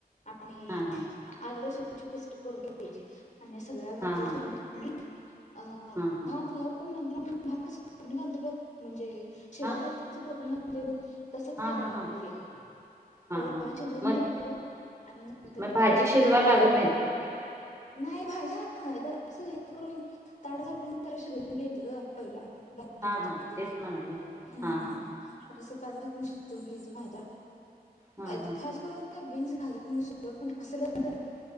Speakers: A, on the left; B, on the right.
A: आणि
B: हा हा
A: आंल सुद्धा. त्याची पेस्ट करून घ्यायची. आणि सगळ्या भाज्या
B: हा हा
A: चिरून की नई. अ
B: हा हा
A: भात लावून. नंतर आपण भात कसं फोडणी घालतोय बघ म्हणजे. शिळा
B: हा
A: भात कसा फोडणी घालतोय बघ, तसच
B: हा
A: करायला
B: हा हा
A: लागतेय हे.
B: हा
A: पहिला
B: हा
A: भात शीजवून
B: म्हणजे
A: घ्यायच, आणि नंतर मग
B: भाजी
A: कडईत
B: शिजवायला
A: तेल
B: लागत नाहीत
A: नाही भाज्या जरा अस हे करून ताट झाकून जरा शिजवून घ्यायचं ग पहिला. भात टाकायच्या
B: हा हा
A: आधी
B: तेच म्हणाले
A: हम्म
B: हा हा
A: अस सगळं. पाणी टाकून शिजवून घ्यायच्या भाज्या.
B: हा
A: आणि
B: हा
A: खास करून. बीन्स घालत नाही सोड. पण असल तर.